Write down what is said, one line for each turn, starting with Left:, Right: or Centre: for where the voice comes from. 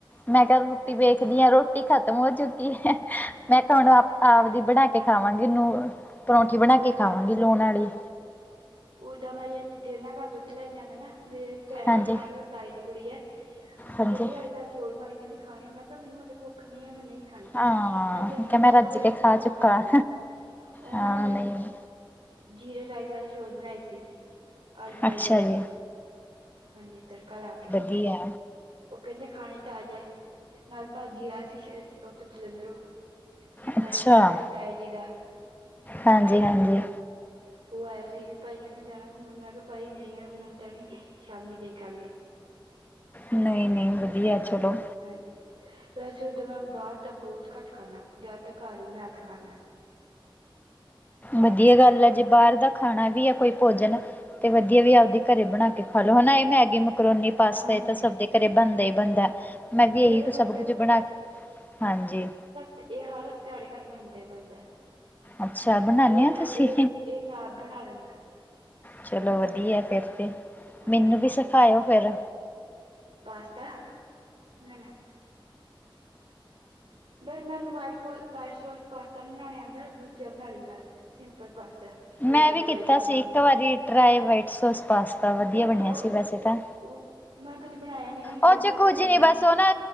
Left: ਮੈਂ ਕਿਹਾ ਰੋਟੀ
Right: ਹਾਂਜੀ
Left: ਵੇਖਦੀ ਆਂ ਰੋ। ਰੋਟੀ ਖਤਮ ਹੋ ਚੁੱਕੀ ਹੈ ਮੈਂ ਕਿਹਾ ਹੁਣ ਆਪ
Right: ਹਾਂਜੀ
Left: ਆਪਦੀ ਬਣਾ ਕੇ ਖਾਵਾਂਗੀ ਨੂਰ। ਪਰੌਂਠੀ ਬਣਾ
Right: ਉਹਦਾ
Left: ਕੇ ਖਾਵਾਂਗੀ ਲੂਹਨ ਵਾਲੀ।
Right: ਉਦਾਂ ਮੈਂ ਜਿਹਨਾ ਘਰ ਦੁੱਧ ਲੈਣ ਜਾਂਦਾ ਨਾ ਮੇਰੇ ਭੈਣ
Left: ਹਾਂਜੀ
Right: ਹੈ ਨਾਲ ਤਾਈ ਦੀ ਕੁੜੀ ਹੈ
Left: ਹਾਂਜੀ
Right: ਉਹ ਕਹਿੰਦੀ ਸਾਡੇ ਘਰ ਚੋਲ ਬਣੇ ਕਹਿੰਦੇ ਖਾਣੇ ਮੈਂ ਕਿਹਾ ਮੈਨੂੰ ਹੱਲੇ ਭੱਖ ਨਹੀਂ ਮੈਂ ਨਹੀਂ। ਖਾਣੀ
Left: ਹਾਂ
Right: ਮੈਂ ਕਿਹਾ ਜੇ ਮੈਨੂੰ
Left: ਕਿ
Right: ਭੁੱਖ
Left: ਰੱਜ
Right: ਹੋਏਗੀ
Left: ਕੇ
Right: ਮੈਂ ਆਪੇ
Left: ਚੁੱਕਾ।
Right: ਖਾ ਲੂੰਗਾ। ਉਹਨਾਂ
Left: ਹਾਂ
Right: ਨੇ
Left: ਨਹੀਂ
Right: ਜੀਰੇ ਰਾਇਸ ਵਾਲੇ ਚੌਲ ਬਣਾਏ ਸੀ। ਆਲੂ ਪਿਆਜ
Left: ਅੱਛਾ
Right: ਪਾ
Left: ਜੀ
Right: ਕੇ ਹਾਂਜੀ ਤੜਕਾ ਲਾ ਕੇ।
Left: ਦੀਆ।
Right: ਉਹ ਕਹਿੰਦੇ ਖਾਣੇ ਆਜਾ ਨਾਲ ਭਾਜੀ ਆਇਆ ਸੀ ਉੱਥੇ ਜਲੰਧਰੋਂ।
Left: ਅੱਛਾ
Right: ਸਾਡੇ ਬੜ੍ਹੇ ਤਾਇਆ ਜੀ ਦਾ।
Left: ਹਾਂਜੀ ਹਾਂਜੀ
Right: ਉਹ ਆਇਆ ਸੀ ਭਾਈ ਕਹਿੰਦਾ ਜਾਣਾ ਘੁੰਮਣ ਮੈਂ ਕਿਹਾ ਭਾਈ ਨਹੀਂ ਆ ਹੁਣ ਤਾਂ ਨੀ ਸ਼ਾਮੀ ਦੇਖਾਂਗੇ।
Left: ਨਹੀਂ ਨਹੀਂ ਵਧੀਆ ਚਲੋ।
Right: ਹਾਂਜੀ ਵੈਸੇ ਉਦਾ ਮੈਂ ਬਾਹਰ ਤਾਂ ਬਹੁਤ ਘੱਟ ਖਾਂਦਾ ਜ਼ਿਆਦਾਤਰ ਘਰ ਹੀ ਬਣਾ ਕੇ ਖਾਂਦਾ।
Left: ਵਧੀਆ ਗੱਲ ਆ ਜੇ ਬਾਹਰ ਦਾ ਖਾਣਾ ਵੀ ਹੈ ਕੋਈ ਭੋਜਨ ਤੇ ਵਧੀਆ ਵੀ ਆਪਦੇ ਘਰੇ ਬਣਾ ਕੇ ਖਾ ਲੋ ਹਨਾ ਇਹ ਮੈਗੀ ਮਕਰੋਨੀ ਪਾਸਤਾ
Right: ਹਾਂਜੀ
Left: ਇਹ ਤਾਂ ਸਭ ਦੇ। ਘਰੇ ਬਣਦਾ ਹੀ ਬਣਦਾ ਮੈਂ ਵੀ ਇਹੀ
Right: ਇਹ ਤਾਂ ਬਣਦਾ
Left: ਸਭ ਕੁੱਝ ਬਣਾ ਹਾਂਜੀ।
Right: ਤੇ ਇਹ ਹਰ ਹਫ਼ਤੇ ਸਾਡੇ ਘਰ ਬਣਦਾ ਹੀ ਬਣਦਾ
Left: ਅੱਛਾ ਬਣਾਉਦੇ
Right: ਇਹ
Left: ਹੋ
Right: ਮੈ
Left: ਤੁਸੀਂ
Right: ਇਹ ਇਹ ਮੈ ਬਣਾ <unintelligible> ਲੈਂਦਾ।
Left: ਚਲੋ ਵਧੀਆ ਫੇਰ ਤੇ
Right: ਹਾਂਜੀ
Left: ਮੈਨੂੰ ਵੀ ਸਿਖਾਇਓ ਫੇਰ।
Right: ਪਾਸਤਾ ਨ ਨਾ। ਫਿਰ ਮੈਨੂੰ ਵਾਈਟ ਸੋਂਸ ਪਾਸਤਾ ਨੀ ਬਣਾਉਆ ਆਉਦਾ ਦੂਜਾ ਬਣਾ ਲਈ ਦਾ। ਸਿੰਪਲ ਪਾਸਤਾ ਜਿਹੜਾ
Left: ਮੈ
Right: ਆਲੂ
Left: ਵੀ ਕੀਤਾ
Right: ਪਿਆਜ ਪਾ ਕੇ
Left: ਸੀ
Right: ਬਣਦਾ
Left: ਇਕ ਵਾਰੀ ਟਰਾਈ ਵਾਈਟ ਸੋਸ ਪਾਸਤਾ ਵਧੀਆ
Right: ਉਹ
Left: ਬਣਿਆ ਸੀ ਵੈਸੇ ਤਾਂ
Right: ਉਹ ਮੈਂ ਕਦੀ ਬਣਾਇਆ ਨੀ ਨਾ ਹੁਣ
Left: ਉਹ
Right: ਦੇਖਾਂਗੇ
Left: 'ਚ ਕੁੱਝ
Right: ਔਨਲਾਈਨ
Left: ਨੀ ਬਸ ਉਹ ਨਾ